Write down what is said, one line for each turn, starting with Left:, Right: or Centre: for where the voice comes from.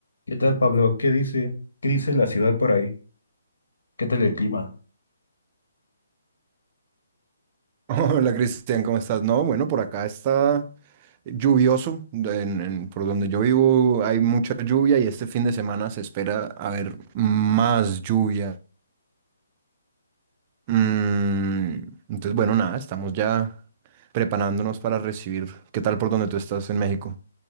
Left: ¿Qué tal, Pablo? ¿Qué dice? ¿Qué dice la ciudad por ahí? ¿Qué tal el clima?
Right: Hola Cristian, ¿cómo estás? No, bueno, por acá está lluvioso, en- en- por donde yo vivo hay mucha lluvia y este fin de semana se espera haber más lluvia. Mm, entonces, bueno, nada, estamos ya preparándonos para recibir. ¿Qué tal por donde tú estás en México?